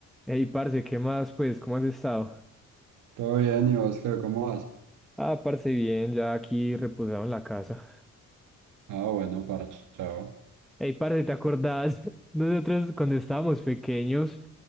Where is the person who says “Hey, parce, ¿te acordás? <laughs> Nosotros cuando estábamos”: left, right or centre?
Centre